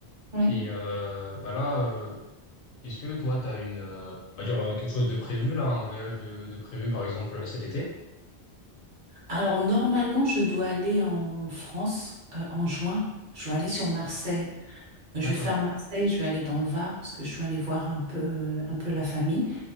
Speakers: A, on the right; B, on the left.
A: Oui.
B: Et euh, bah là, euh, est-ce que toi, tu as une, euh, on va dire euh, quelque chose de prévu là, un voyage de, de prévu par exemple euh, cet été?
A: Alors normalement, je dois aller en France euh, en juin. Je dois aller sur Marseille. Je
B: D'accord.
A: vais faire Marseille, je vais aller dans le Var parce que je dois aller voir un peu, un peu la famille.